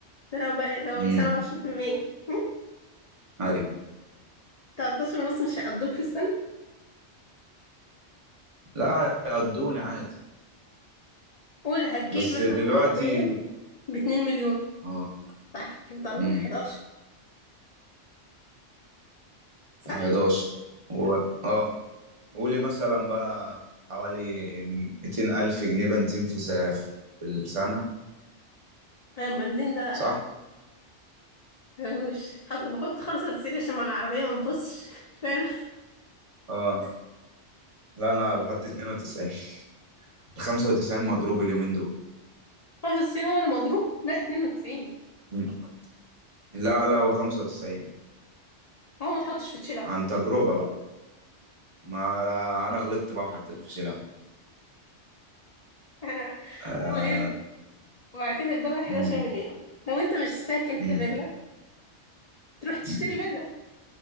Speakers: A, on the left; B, on the right.
A: ده لو بقى لو
B: امم
A: 27% هم؟
B: ايوه
A: 13 ونص مش هيقضوك في السنة
B: لا هيقضوني عادي
A: ولا هتجيب
B: بس
A: مثلا
B: دلوقتي
A: عربية ب 2 مليون
B: اه
A: صح هيفضل
B: امم
A: لك 11 صح
B: 11 و... اه قولي مثلا بقى حوالي 200 ألف جنيه بنزين في س... في السنة
A: انا البنزين ده
B: صح؟
A: مفهوش حط- بحط 95 عشان ما العربية ما تبصش <laughs> فاهم
B: اه لا انا بحط 92 95 مضروب اليومين دول
A: 95 هو اللي مضروب لا 92
B: مم. لا لا هو 95
A: هو ما تحطش في تشيل اوت
B: عن تجربة بقى ما انا غلطت بقى وحطيت في شيلة
A: <laughs> انا
B: آه.
A: المهم وبعد كده يفضل لك 11
B: مم.
A: مليون لو انت مش ساكن في
B: مم.
A: فيلا تروح تشتري
B: مم.
A: فيلا